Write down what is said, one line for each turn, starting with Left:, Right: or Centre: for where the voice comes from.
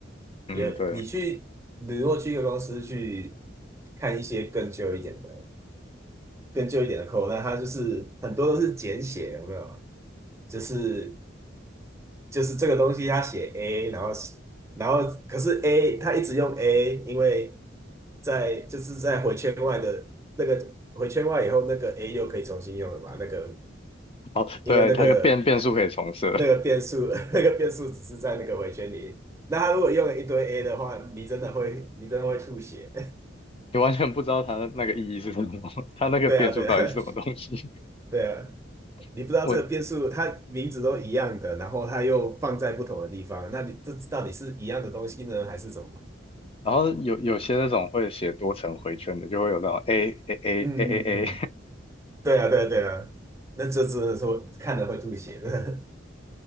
Left: 嗯，
Right: 也，
Left: 对。
Right: 你去，你如果去一个公司去看一些更旧一点的、更旧一点的 code，那它就是很多都是简写，有没有？就是就是这个东西，它写 A，然后然后可是 A 它一直用 A，因为在就是在回圈外的那个回圈外以后，那个 A 又可以重新用了嘛？那个
Left: 哦，
Right: 因为那个
Left: 对，它个变变数可以重设，
Right: 那个变数 <laughs> 那个变数只是在那个回圈里，那它如果用了一堆 A 的话，你真的会你真的会吐血。
Left: 你完全不知道它的那个意义是什么，<laughs> 它那个变数到底是什么东西。
Right: <laughs> 对啊，对啊，<laughs> 对啊，
Left: <laughs>
Right: 你不知道这个变数，
Left: 我，
Right: 它名字都一样的，然后它又放在不同的地方，那你这到底是一样的东西呢，还是怎么办
Left: 然后有有些那种会写多层回圈的，就会有那种 A A
Right: <laughs>
Left: A
Right: 嗯嗯嗯，
Left: A A A，
Right: 对啊，对啊，对啊，那这只能说看了会吐血的。